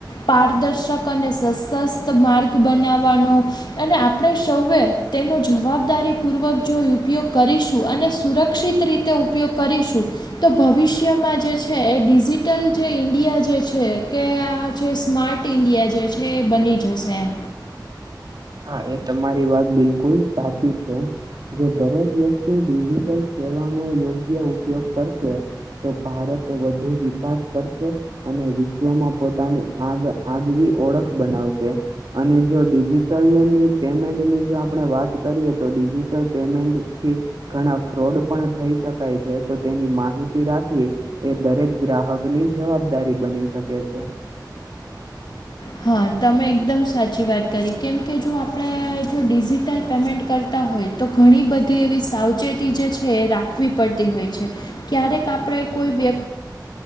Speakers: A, on the left (about 65°); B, on the right (about 65°).
A: પારદર્શક અને સશસ્ત માર્ગ બનાવવાનો અને આપણે સૌએ તેનો જવાબદારીપૂર્વક જો ઉપયોગ કરીશું અને સુરક્ષિત રીતે તે ઉપયોગ કરીશું તો ભવિષ્યમાં જે છે એ ડિજિટલ જે ઈન્ડિયા જે છે કે જે સ્માર્ટ ઈન્ડિયા જે છે એ બની જશે એમ
B: હા એ તમારી વાત બિલકુલ સાચી છે. જો દરેક વ્યક્તિ ડિજિટલ સેવાનોો યોગ્ય ઉપયોગ કરશે. તો ભારત વધુ વિકાસ કરશે. અને વિશ્વમાં પોતાની આગ આગવી ઓળખ બનાવશે અને જોિ લની પેમેન્ટની જો આપણે વાત કરીએ તો ડિજિટલ પેમેન્ટથી ઘણા ફ્રોડ પણ થઈ શકાય છે તો તેની માહિતી રાખવી એ દરેક ગ્રાહક ની જવાબદારી બની શકે છે.
A: હા તમે એકદમ સાચી વાત કરી કેમ કે જો આપણે જો ડિજિટલ પેમેન્ટ કરતા હોય. તો ઘણી બધી એવી સાવચેતી જે છે એ રાખવી પડતી હોય છે. ક્યારેક આપણે કોઈ વ્યક્તિ